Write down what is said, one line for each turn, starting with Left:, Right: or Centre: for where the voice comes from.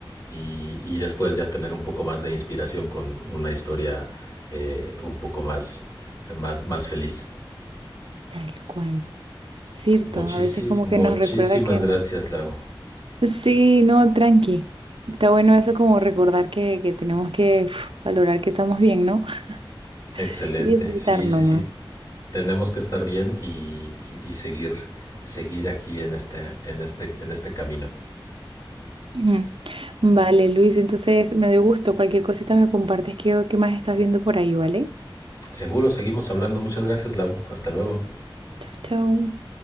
Left: Y, y después ya tener un poco más de inspiración con una historia eh, un poco más, más, más feliz.
Right: Tal cual. Cierto,
Left: Muchísi-
Right: a veces como
Left: muchísimas
Right: que nos recuerda que
Left: gracias,
Right: no-
Left: Lago.
Right: Sí, no, tranqui. Está bueno eso como recordar que, que tenemos que uf, valorar que estamos bien, ¿no? <laughs>
Left: Excelente,
Right: Y disfrutar
Left: sí,
Right: nomás.
Left: sí, sí. Tenemos que estar bien y, y- y seguir, seguir aquí en este, en este, en este camino.
Right: Ujú. Vale, Luis, entonces me dio gusto. Cualquier cosita me compartes qué, qué más estás viendo por ahí, ¿vale?
Left: Seguro, seguimos hablando. Muchas gracias, Lau. Hasta luego.
Right: Chau, chau.